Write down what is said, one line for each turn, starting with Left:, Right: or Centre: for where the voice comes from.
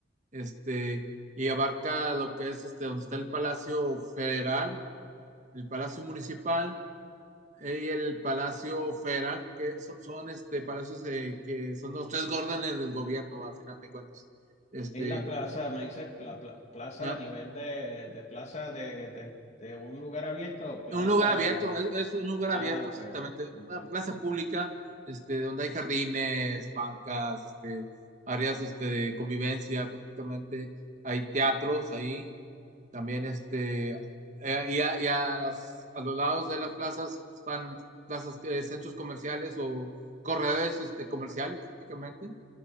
Right: este, y abarca lo que es, este, donde está el Palacio Federal el Palacio Municipal eh, y el Palacio Federal, que so- son, este palacios eh, que son los tres órdenes del gobierno, a final de cuentas. Este,
Left: Es la plaza, me dices pla- pla- plaza
Right: no
Left: a nivel de, de plaza de, de, de un lugar abierto o plaza.
Right: Un lugar abierto, es, es un lugar
Left: Ah,
Right: abierto
Left: ok,
Right: exactamente,
Left: ok.
Right: una plaza pública, este, donde hay jardines, bancas, este, áreas este, de convivencia prácticamente, hay teatros ahí, También este, eh, y a, y a las- a los lados de las plazas están plazas, eh, centros comerciales o corredores este, comerciales prácticamente.